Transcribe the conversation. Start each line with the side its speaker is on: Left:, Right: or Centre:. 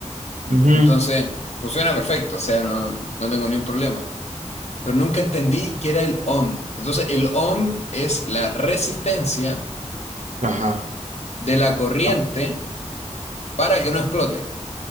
Right: ujú,
Left: Entonces, funciona perfecto. O sea, no, no tengo ningún problema. Pero nunca entendí qué era el ohm. Entonces, el ohm es la resistencia
Right: ajá,
Left: de la corriente
Right: ah,
Left: para que no explote.